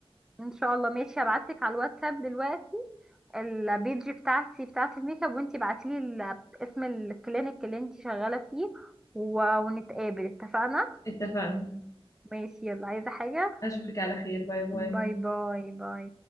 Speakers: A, in the centre; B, on the left.
A: ان شاء الله ماشي هبعتلك على الواتساب دلوقتي البيج بتاعتي بتاعت الميك اب وانتي بعتيلي ال- اسم الكلينيك اللي انتي شغالة فيه و- ونتقابل اتفقنا
B: اتفقنا
A: ماشي يلا عايزة حاجة
B: اشوفك على خير باي باي
A: باي باي باي